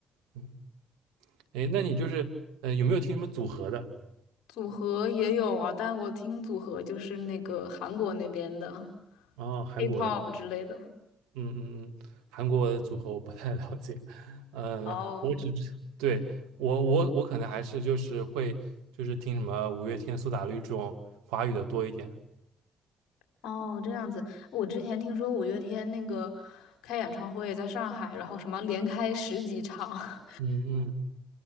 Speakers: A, on the right; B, on the left.
A: 嗯，哎，那你就是，嗯，有没有听什么组合的？
B: 组合也有啊，但我听组合就是那个韩国那边的
A: 哦，韩国的，
B: K-pop 之类的。
A: 嗯嗯嗯，韩国的组合我不太了解，呃，
B: 哦。
A: 我只知对我我我可能还是就是会就是听什么五月天、苏打绿这种华语的多一点，
B: 哦，这样子，我之前听说五月天那个开演唱会在上海，然后什么连开十几场，<laughs>
A: 嗯嗯